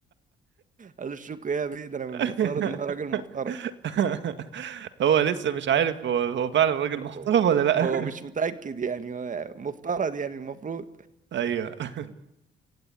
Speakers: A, on the right; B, on the right.
A: قال له شريك ايه يا بيه ده انا من
B: ايوه
A: المفترض ان انا راجل
B: <laughs>
A: محترم
B: <laughs> هو لسه مش عارف هو هو فعلا راجل محترم
A: هو
B: ولا
A: هو
B: لا
A: هو مش متأكد يعني هو مفترض يعني المفروض
B: <laughs> ايوه